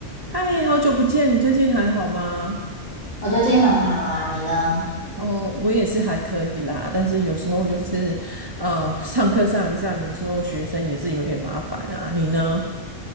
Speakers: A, on the right; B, on the left.
A: 嗨，好久不见，你最近还好吗？
B: 我最近很好啊，你呢？
A: 哦，我也是还可以啦，但是有时候就是，呃，上课上一上，有时候学生也是有点麻烦啊。你呢？